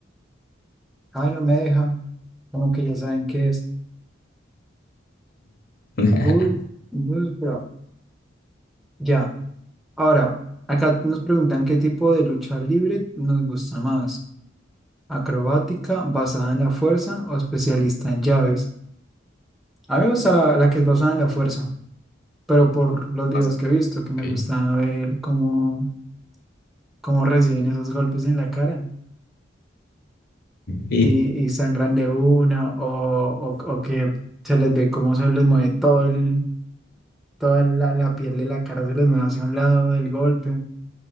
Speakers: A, in the centre; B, on the left.
A: Ay, no me deja. Como que ya saben qué es.
B: <laughs>
A: Bull, Bull Bro. Ya. Ahora, acá nos preguntan qué tipo de lucha libre nos gusta más. ¿Acrobática, basada en la fuerza o especialista en llaves? A mí me gusta la, la que es basada en la fuerza, pero por los
B: Vas.
A: videos que he visto, que me
B: Ok.
A: gusta ver cómo, cómo reciben esos golpes en la cara.
B: Sí.
A: y, y sangran de una o, o, o que se les ve cómo se les mueve todo el, toda la, la piel de la cara, se les mueve hacia un lado del golpe,